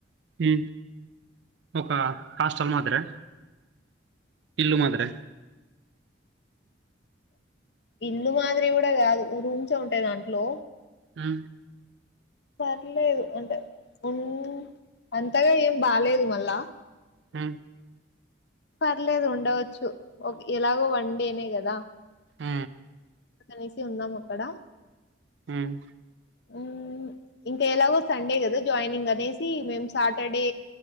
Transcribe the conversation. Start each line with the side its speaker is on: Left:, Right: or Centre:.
Right: ఉ ఒక హాస్టల్ మాదిరా ఇల్లు మాదిరా
Left: ఇల్లు మాదిరి కూడా కాదు రూమ్స్ ఉంటాయి దాంట్లో
Right: ఉ
Left: పర్లేదు అంటే ఉ అంతగా ఏం బాలేదు మల్ల
Right: ఉ
Left: పర్లేదు ఉండవచ్చు ఎలాగో వన్డే నే కదా
Right: ఉ
Left: అనేసి ఉందాం అక్కడ
Right: హ్మ్
Left: మ్మ్ ఇంకా ఎలాగో సండే కదా జాయినింగ్ అనేసి మేము సాటర్డే